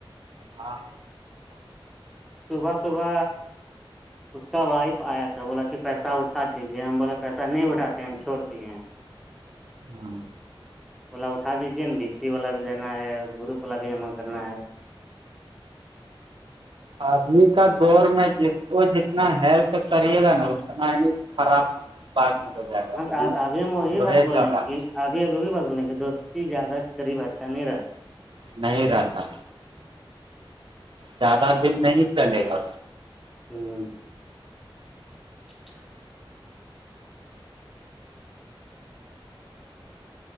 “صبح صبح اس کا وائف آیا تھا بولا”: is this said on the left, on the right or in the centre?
Centre